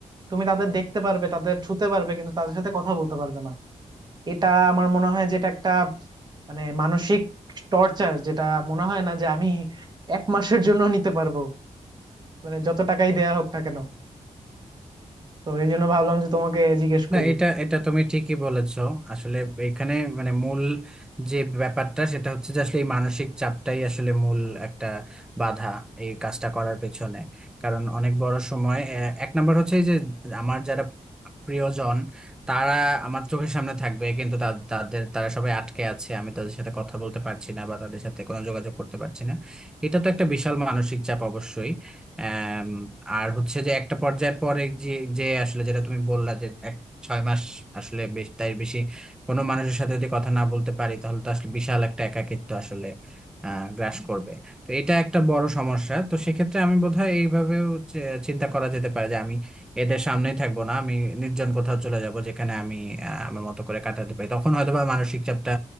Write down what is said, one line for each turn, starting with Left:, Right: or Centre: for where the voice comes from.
Right: তুমি তাদের দেখতে পারবে তাদের ছুতে পারবে কিন্তু তাদের সাথে কথা বলতে পারবে না এটা আমার মনে হয় যেটা একটা মানে মানসিক টর্চার যেটা মনে হয় না যে আমি এক মাসের জন্য নিতে পারবো মানে যত টাকাই দেয়া হোক না কেন তো এই জন্য ভাবলাম যে তোমাকে জিজ্ঞেস
Centre: না
Right: করি
Centre: এটা এটা তুমি ঠিকই বলেছো আসলে এখানে মানে মূল যে ব্যাপারটা সেটা হচ্ছে যে আসলে এই মানসিক চাপটাই আসলে মূল একটা বাধা এই কাজটা করার পেছনে কারণ অনেক বড় সময় এ- এক নম্বর হচ্ছে এই যে আমার যারা প্রিয়জন তারা আমার চোখের সামনে থাকবে কিন্তু তা- তাদের তারা সবাই আটকে আছে আমি তাদের সাথে কথা বলতে পারছি না বা তাদের সাথে কোনো যোগাযোগ করতে পারছি না এটা তো একটা বিশাল মানসিক চাপ অবশ্যই আম, আর হচ্ছে যে একটা পর্যায়ের পরে যে যে আসলে যেটা তুমি বললা যে ছয় মাস আসলে বেশ তাই বেশি কোনো মানুষের সাথে যদি কথা না বলতে পারি তাহলে তো আসলে বিশাল একটা একাকিত্ব আসলে আহ গ্রাস করবে তো এটা একটা বড় সমস্যা তো সেক্ষেত্রে আমি বোধহয় এইভাবেও চে- চিন্তা করা যেতে পারে যে আমি এদের সামনেই থাকবো না আমি নির্জন কোথাও চলে যাব যেখানে আমি আহ, আমার মতো করে কাটাতে পারি তখন হয়তোবা মানসিক চাপটা